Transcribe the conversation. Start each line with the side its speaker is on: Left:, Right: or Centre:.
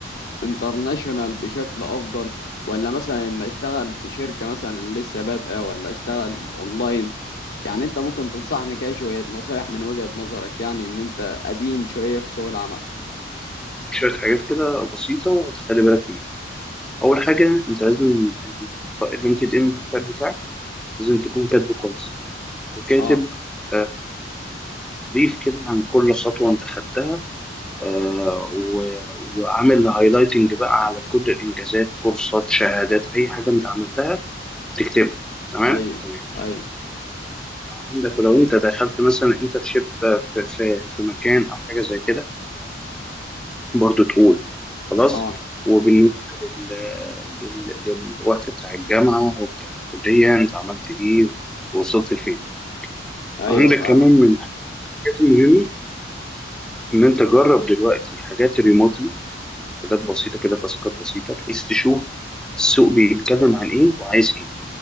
Left: انترناشونال بشكل افضل ولا مثلا ان اشتغل في شركة مثلا لسه بادئة ولا اشتغل اونلاين يعني انت ممكن تنصحني كده شوية نصايح من وجهة نظرك يعني ان انت قديم شوية في سوق العمل
Centre: شوية حاجات كده بسيطة تخلي بالك اول حاجه انت لازم اللينكد ان بروفايل بتاعك لازم تكون كاتبه كويس وكاتب
Left: اه
Centre: آه، بريف كده عن كل خطوه انت خدتها آه، و- وعامل هايلايتنج بقى على كل الانجازات كورسات شهادات اي حاجه انت عملتها تكتبها تمام
Left: ايوه
Centre: تمام
Left: ايوه
Centre: عندك ولو انت دخلت مثلا انترشيب في في في مكان او حاجه زي كده برضو تقول خلاص
Left: اه
Centre: وبالنسبة لل... لل... للوقت بتاع الجامعة وبتاع الكلية أنت عملت إيه ووصلت فين
Left: ايوه
Centre: عندك
Left: فاهم
Centre: كمان من الحاجات المهمة إن أنت جرب دلوقتي حاجات ريموتلي حاجات بسيطة كده تاسكات بسيطة بحيث تشوف السوق بيتكلم عن إيه وعايز إيه